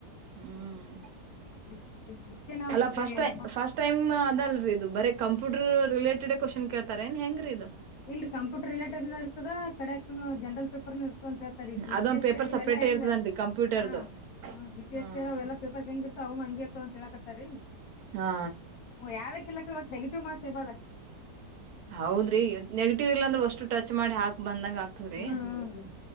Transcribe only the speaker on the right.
ಹ್ಮ್.
ಅಲ್ಲ
ಫಸ್ಟ್ ಟೈ ಫಸ್ಟ್ ಟೈಮ್ ಅದಲ್ರಿ ಇದು ಬರೀ ಕಂಪ್ಯೂಟರ್ ರಿಲೇಟೆಡೇ ಕ್ವೆಷನ್ ಕೇಳ್ತಾರ ಏನ್ ಹೆಂಗ್ರೀ ಇದು.
ಅದೊಂದ್
ಪೇಪರ್
ಸಪ್ರೇಟೇ
ಇರ್ತದನ್ರಿ ಕಂಪ್ಯೂಟರ್ದು
ಹ್ಮ್
ಹಾ
ಹೌದ್ರಿ ನೆೆಗೆಟಿವ್ ಇಲ್ಲಾಂದ್ರ ಒಷ್ಟು ಟಚ್ ಮಾಡಿ ಹಾಕ್ ಬಂದಂಗ ಆಗ್ತದ್ರಿ.